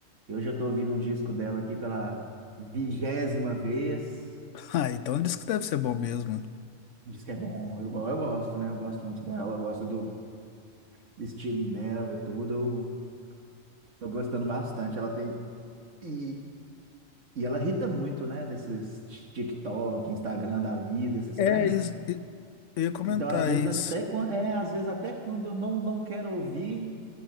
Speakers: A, on the right (about 70°); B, on the left (about 75°).
A: Eu já tô ouvindo um disco dela aqui pela vigésima vez.
B: Ah, então isso que deve ser bom mesmo.
A: Um disco que é bom, eu, go- eu gosto, né? Eu gosto muito dela, eu gosto do do estilinho dela e tudo. Eu tô gostando bastante. Ela tem. E, e ela irrita muito, né? Nesses ti- TikTok, Instagram da vida, esses
B: É,
A: trem.
B: isso, eu ia comentar
A: Então, às vezes,
B: isso.
A: até quando. É, às vezes, até quando eu não, não quero ouvir,